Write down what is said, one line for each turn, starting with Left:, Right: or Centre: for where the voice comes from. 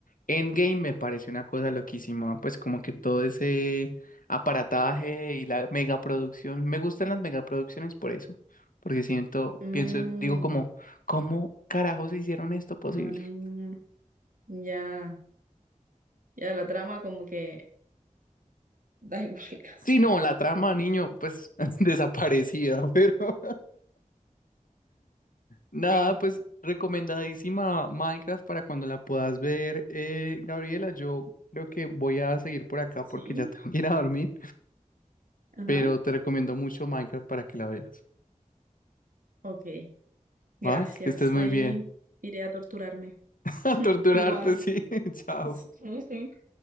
Left: Endgame me parece una cosa loquísima. Pues como que todo ese aparataje y la megaproducción. Me gustan las megaproducciones por eso. Porque siento,
Right: Mm,
Left: pienso, digo como, ¿cómo carajos hicieron esto posible?
Right: mm,
Left: <laughs>
Right: ya, ya la trama como que da igual <laughs> casi.
Left: Sí, no, la trama, niño, pues <laughs> desaparecida, pero... Nada,
Right: Sí,
Left: pues recomendadísima Minecraft para cuando la puedas ver, eh, Gabriela. Yo creo que voy a seguir por acá
Right: sí,
Left: porque ya <laughs> tengo que ir a dormir,
Right: ajá,
Left: pero te recomiendo mucho Minecraft para que la veas.
Right: ok, gracias.
Left: ¿Va? Que estés muy
Right: Ahí
Left: bien.
Right: iré a torturarme.
Left: <laughs> A torturarte,
Right: Igual.
Left: sí. <laughs> Chao.
Right: <laughs>